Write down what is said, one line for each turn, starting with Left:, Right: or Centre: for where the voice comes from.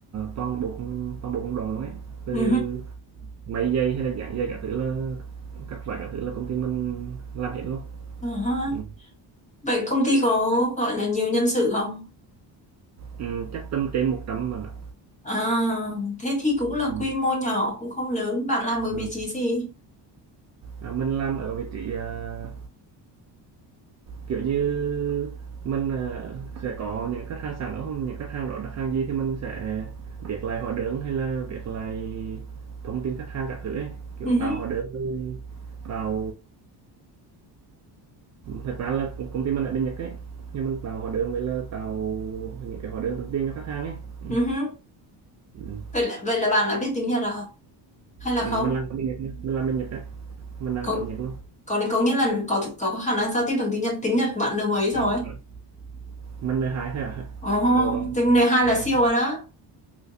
Right: toàn bộ công toàn bộ công đoạn luôn ấy, từ
Left: ừ,
Right: Máy dây hay là dán dây cả thứ là các loại cả thứ là công ty mình làm hết luôn.
Left: ừ, ừ.
Right: Ừm,
Left: Vậy công ty có gọi là nhiều nhân sự không?
Right: ừm, chắc tầm trên 100 bạn ạ.
Left: À, thế thì cũng
Right: Ừm,
Left: là
Right: ừm,
Left: quy mô nhỏ cũng không lớn. Bạn làm ở
Right: ờ.
Left: vị trí gì?
Right: À, mình làm ở vị trí, à, kiểu như, mình, ờ, sẽ có những khách hàng sẵn đó, không những khách hàng đó đặt hàng gì thì mình sẽ viết lại hóa đơn hay là viết lại thông tin khách hàng cả thứ ấy, kiểu
Left: Ừ, ừ,
Right: tạo hóa đơn rồi tạo thật ra là công ty mình ở bên Nhật ấy, nhưng mình tạo hóa đơn với là tạo những cái hóa đơn thông tin cho khách hàng ấy.
Left: ừ.
Right: Ừm.
Left: ừ.
Right: Ừm,
Left: Vậy là, vậy là bạn đã biết tiếng Nhật à? Hay là
Right: ừm,
Left: không?
Right: mình làm bên Nhật nha, mình làm bên Nhật á, mình đang
Left: có
Right: ở Nhật luôn.
Left: có đến có nghĩa là có có khả năng giao tiếp bằng tiếng Nhật tiếng Nhật của bạn lớp mấy rồi
Right: Ờ, ờ, mình n hai thôi à?
Left: Ồ,
Right: Ủa, bạn
Left: tiếng này hai là
Right: ồ,
Left: siêu rồi đó